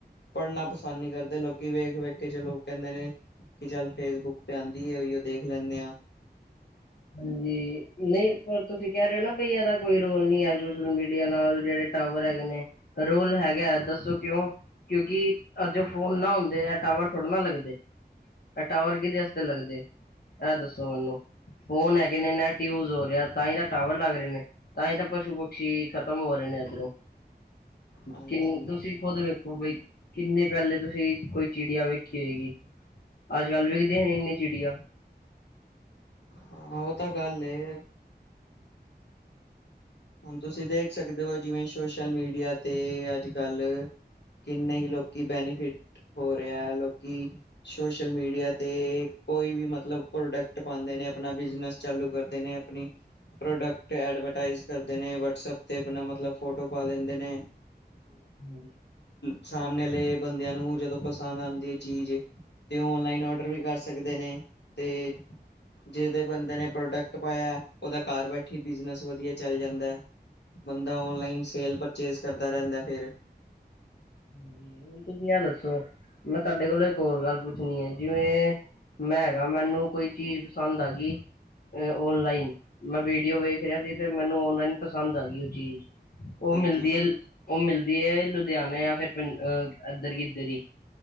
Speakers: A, on the left; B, on the left.
A: ਪੜ੍ਹਨਾ ਪਸੰਦ ਨਹੀਂ ਕਰਦੇ ਲੋਕੀ ਵੇਖ-ਵੇਖ ਕੇ ਚਲੋ ਕਹਿੰਦੇ ਨੇ ਕਿ ਚੱਲ ਫੇਸਬੁੱਕ ਤੇ ਆਂਦੀ ਏ ਚੱਲ ਉਇਓ ਦੇਖ ਲੈਂਣੇ ਆ-
B: ਹਾਂਜੀ ਨਹੀਂ ਪਰ ਤੁਸੀਂ ਕਹਿ ਰਹੇ ਹੋ ਨਾ ਬਈ ਇਹਦਾ ਕੋਈ ਰੋਲ ਨਹੀਂ ਆ ਸੋਸ਼ਲ ਮੀਡੀਆ ਨਾਲ ਜਿਹੜੇ ਟਾਵਰ ਹੈਗੇ ਨੇ ਰੋਲ ਹੈਗਾ ਦੱਸੋ ਕਿਉਂ ਕਿਉਂਕਿ ਅੱਜ ਫੋਨ ਨਾ ਹੁੰਦੇ ਆ ਟਾਵਰ ਥੋੜ੍ਹੇ ਨਾ ਲੱਗਦੇ ਇਹ ਟਾਵਰ ਕਿਹਦੇ ਵਾਸਤੇ ਲੱਗਦੇ ਇਹ ਦੱਸੋ ਮੈਨੂੰ ਫੋਨ ਹੈਗੇ ਨੇ ਨੈਟ ਯੂਜ ਹੋ ਰਿਹਾ ਤਾਂ ਹੀ ਤਾਂ ਟਾਵਰ ਲੱਗ ਰਹੇ ਨੇ ਤਾਂ ਹੀ ਤਾਂ ਪਸ਼ੂ ਪਕਸ਼ੀ ਖ਼ਤਮ ਹੋ ਰਹੇ ਨੇ ਇੱਧਰੋਂ
A: ਹਾਂਜੀ
B: ਕਿ ਤੁਸੀਂ ਖੁਦ ਵੇਖੋ ਬਈ ਕਿੰਨੇ ਪਹਿਲੇ ਤੁਸੀਂ ਕੋਈ ਚਿੜੀਆ ਵੇਖੀ ਹੋਏਗੀ ਅੱਜ-ਕੱਲ੍ਹ ਵੇਖਦੇ ਇੰਨੀ ਚਿੜੀਆਂ
A: ਹਾਂ ਉਹ ਤਾਂ ਗੱਲ ਏ ਹੁਣ ਤੁਸੀਂ ਦੇਖ ਸਕਦੇ ਹੋ, ਜਿਵੇਂ ਸੋਸ਼ਲ ਮੀਡੀਆ ਤੇ ਅੱਜ- ਕੱਲ ਕਿੰਨੇ ਹੀ ਲੋਕੀ ਬੈਨੀਫਿਟ ਹੋ ਰਿਹਾ ਹੈ ਲੋਕੀ ਸੋਸ਼ਲ ਮੀਡੀਆ ਤੇ ਕੋਈ ਵੀ ਮਤਲਬ ਪ੍ਰੋਡਕਟ ਪਾਦੇ ਨੇ ਆਪਣਾ ਬਿਜਨਸ ਚਾਲੂ ਕਰਦੇ ਨੇ ਆਪਣੀ ਪ੍ਰੋਡਕਟ ਐਡਵਰਟਾਈਜ਼ ਕਰਦੇ ਨੇ ਵਟਸਪ ਤੇ ਆਪਣਾ ਮਤਲਬ ਫੋਟੋ ਪਾ ਦਿੰਦੇ ਨੇ
B: ਹਾਂਜੀ
A: ਸਾਹਮਣੇ ਲੇ ਬੰਦਿਆਂ ਨੂੰ ਜਦੋਂ ਪਸੰਦ ਆਉਂਦੀ ਹੈ ਚੀਜ਼ ਤੇ ਔਨਲਾਈਨ ਔਡਰ ਵੀ ਕਰ ਸਕਦੇ ਨੇ ਤੇ ਜਿਹਦੇ ਬੰਦੇ ਨੇ ਪ੍ਰੋਡਕਟ ਪਾਇਆ ਉਹਦਾ ਘਰ ਬੈਠੀ ਬਿਜਨਸ ਵਧੀਆ ਚੱਲ ਜਾਂਦਾ ਹੈ ਬੰਦਾ ਔਨਲਾਈਨ ਸੇਲ ਪਰਚੇਸ ਕਰਦਾ ਰਹਿੰਦਾ ਫੇਿਰ
B: ਜੀ ਹੁਣ ਤੁਸੀਂ ਆ ਦੱਸੋ ਮੈਂ ਤੁਹਾਡੇ ਕੋਲੋਂ ਇੱਕ ਹੋਰ ਗੱਲ ਪੁੱਛਣੀ ਹੈ ਜਿਵੇਂ ਮੈਂ ਹੈਗਾ ਮੈਨੂੰ ਕੋਈ ਚੀਜ਼ ਪਸੰਦ ਆਗੀ ਔਨਲਾਈਨ ਮੈਂ ਵੀਡੀਓ ਵੇਖ ਰਿਹਾ ਸੀ ਤੇ ਮੈਨੂੰ ਓਨਲਾਈਨ ਪਸੰਦ ਆ ਗਈ ਉਹ ਚੀਜ਼ ਉਹ
A: ਹਾਂਜੀ
B: ਮਿਲਦੀ ਹੈ ਉਹ ਮਿਲਦੀ ਹੈ ਲੁਧਿਆਣੇ ਯਾ ਫਿਰ ਇੱਧਰ ਕਿਧਰ ਹੀ